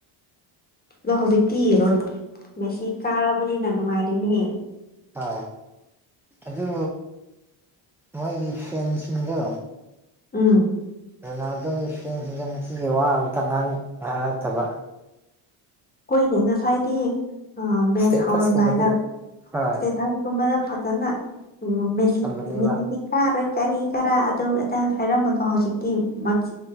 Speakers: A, on the left; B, in the centre.
A: ꯑꯗꯣ ꯍꯧꯖꯤꯛꯇꯤ ꯔꯣꯟ ꯃꯦꯁꯤ ꯀꯥꯔꯕꯅꯤꯅ ꯅꯨꯡꯉꯥꯏꯔꯦꯅꯍꯦ
B: ꯍꯥ ꯑꯗꯨ ꯃꯣꯏꯒꯤ ꯐꯦꯟꯁꯤꯡꯗꯣ
A: ꯎꯝ
B: ꯔꯣꯅꯥꯜꯗꯣꯒꯤ ꯐꯦꯟꯁꯤꯗꯣ ꯉꯁꯤꯒꯤ ꯋꯥ ꯑꯃꯇ ꯉꯥꯡ ꯉꯥꯡꯉꯛꯇꯕ
A: ꯈꯣꯏꯒꯤ ꯉꯁꯥꯏꯗꯤ ꯑꯥ ꯃꯦꯠꯁ
B: ꯏꯁꯇꯦꯇꯁꯀꯨꯝꯕꯗꯤ
A: ꯍꯧꯔꯝꯗꯥꯏꯗ
B: ꯍꯣꯏ
A: ꯏꯁꯇꯦꯇꯁꯒꯨꯝꯕꯗ ꯐꯖꯅ ꯎꯝ ꯃꯦꯁꯤ
B: ꯊꯝꯕꯅꯦꯕ
A: ꯃꯦꯁꯤꯗꯤ ꯀꯥꯔꯣꯏ ꯀꯔꯤ ꯀꯔꯥ ꯑꯗꯨ ꯑꯗ ꯍꯥꯏꯔꯝꯕꯗꯣ ꯍꯧꯖꯤꯛꯇꯤ ꯃꯆꯤ